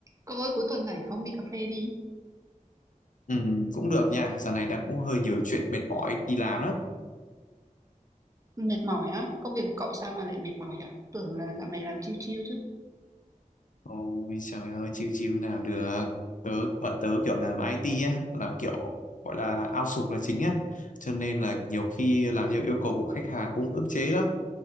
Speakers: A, on the right; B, on the left.
A: Cậu ơi, cuối tuần rảnh không? Đi cà phê đi.
B: Ừ, cũng được nha, giờ này đang cũng hơi nhiều chuyện mệt mỏi đi làm lắm.
A: Mệt mỏi á, công việc của cậu sao mà lại mệt mỏi vậy? Tưởng là dạo này làm chill chill chứ.
B: Ôi trời ơi, chiêu chiêu nào được. Tớ, bạn tớ kiểu làm IT á, làm kiểu gọi là outsource là chính á. Cho nên là nhiều khi làm theo yêu cầu của khách hàng cũng ức chế lắm.